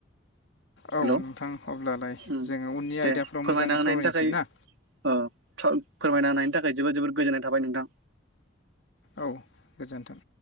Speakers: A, on the left; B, on the right.
A: औ
B: हेल'
A: नोंथां अब्लालाय
B: उम
A: जोङो उननि
B: दे
A: आयदाफ्राव
B: फोरमायना
A: मोजाङै
B: होनायनि
A: सावरायनोसै
B: थाखाय
A: ना
B: ओ फोरमायना होनायनि थाखाय जोबोद जोबोद गोजोननाय थाबाय नोंथां
A: औ गोजोन्थों